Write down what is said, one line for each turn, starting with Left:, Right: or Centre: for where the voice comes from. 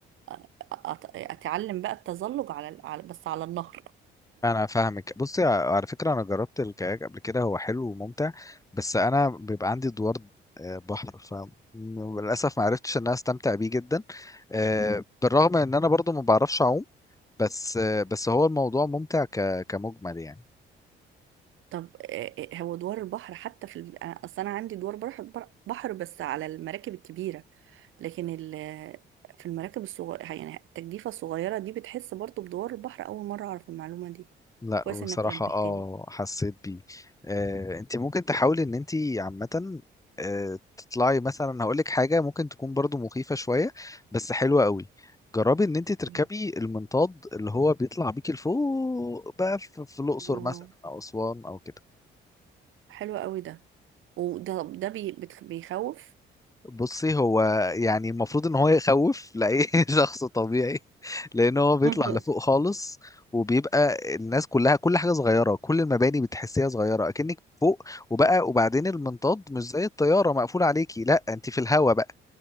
Right: آه، أ- أت... اتعلم بقى التزلج على على- بس على النهر
Left: انا فاهمك بصي ع- على فكره انا جربت الكاياك قبل كده هو حلو وممتع بس انا بيبقى عندي دوار آه، بحر فللاسف ما عرفتش ان انا استمتع بيه جدا آه، بالرغم ان انا برضو ما بعرفش اعوم بس آه، بس هو الموضوع ممتع ك- كمجمل يعني
Right: طب آه، آه، هو دوار البحر حتى في ال... آه، اصل انا عندي دوار بحر بر- بحر بس على المراكب الكبيره لكن ال... آه، في المراكب الصغيره يعني التجديفه الصغيره دي بتحس برضو بدوار البحر اول مره اعرف المعلومه دي
Left: لا
Right: كويس
Left: بصراحة
Right: انك نبهتني
Left: اه حسيت بيه آه، انت ممكن تحاولي ان انت عامة آه، تطلعي مثلا هقولك حاجة ممكن تكون برضو مخيفة شوية بس حلوة قوي جربي ان انت تركبي
Right: تمام.
Left: المنطاد اللي هو بيطلع بيكي لفوق بقى في في الاقصر
Right: الله
Left: مثلا او اسوان او كده
Right: حلو قوي ده وده ده بي... بتخ... بيخوف
Left: بصي هو يعني المفروض ان هو يخوف لاي <laughs> شخص طبيعي لان هو بيطلع
Right: <laughs>
Left: لفوق خالص وبيبقى الناس كلها كل حاجه صغيره كل المباني بتحسيها صغيره اكنك فوق وبقى وبعدين المنطاد مش زي الطياره مقفول عليكي لا انت في الهوا بقى